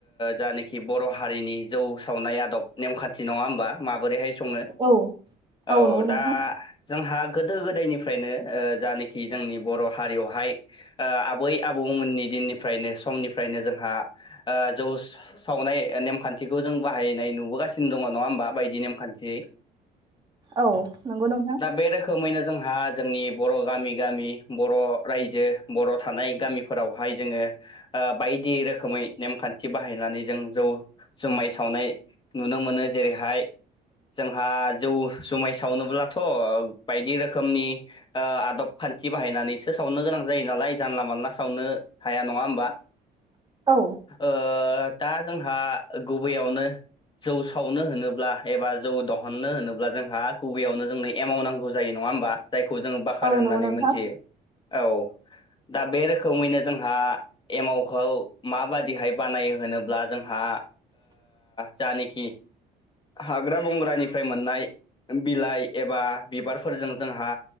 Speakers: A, on the left; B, on the right.
A: जानिखि बर' हारिनि जौ सावनाय आदब नेमखान्थि फाथि नङा होनोमबा माबोरैहाय सङो
B: औ
A: औ
B: नंगौ नोंथां
A: दा जोंहा गोदो गोदायनिफ्रायनो जानाखि जोंनि बर' हारियावहाय आबै आबौमोननि दिननिफ्रायनो समनिफ्रायनो जोंहा जौ सा सावनाय नेमखान्थिखौ जों बाहायनाय नुबोगासिनो दङ नङा होमबा बायदि नेमान्थियै
B: औ नंगौ नोंथां
A: दा बे रोखोम खोमैनो जोंहा जोंनि बर' गामि गामि बर' रायजो बर' थानाय गामि फोरावहाय जोङो बायदि रोखोमै नेमखान्थि बाहायनानै जों जौ जुमाइ सावनाय नुनो मोनो जेरैहाय जोंहा जौ जुमाय सावनोब्लाथ थ' बायदि रोखोमनि आदब खान्थि बाहायनानैसो सावनो गोनां जायो नालाय जानला मानला सावनो हाया नङा होमबा
B: औ
A: ओ दा जोंहा गुबैयावनो जौ सावनो होनोब्ला एबा जौ दहननो होनोब्ला जोंहा गुबैयावनो जोंनो एमावनांगौ जायो नङा होमबा खौ जोङो बाखार
B: औ
A: होननानै
B: नंगौ नोंथां
A: मिथियो औ दा बे रोखोमैनो जोंहा एमावखौ माबादिहाय बानायो होनोब्ला जोंहा जानिखि हाग्रा बंग्रानिफ्राय मोननाय बिलाइ एबा बिबारफोरजों जोंहा